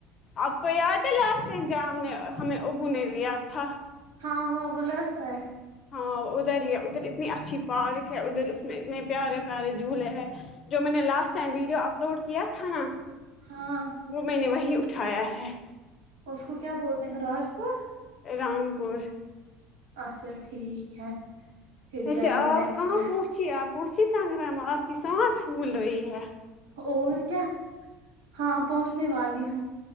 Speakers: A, on the left; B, on the right.
A: آپ کو یاد ہے لاسٹ ٹائم جہاں ہم نے ہمیں ابو نے لیا تھا
B: ہاں وہ بولرس ہے
A: ہاں ادھر ہی ہے ادھر اتنی اچھی پارک ہے ادھر اس میں اتنے پیارے پیارے جھولے ہیں جو میں نے لاسٹ ٹائم ویڈیو اپلوڈ کیا تھا نا
B: ہاں
A: وہ میں نے وہی اٹھایا ہے
B: اس کو کیا بولتے ہیں راج پور
A: رام پور
B: اچھا ٹھیک ہے پھر
A: اسے
B: جائیں
A: آپ
B: گے نیکسٹ
A: کہاں
B: ٹائم۔
A: پہنچی آپ پہنچی سنگگرام آپ کی سانس پھول رہی ہے
B: اور کیا ہاں پہنچنے والی ہوں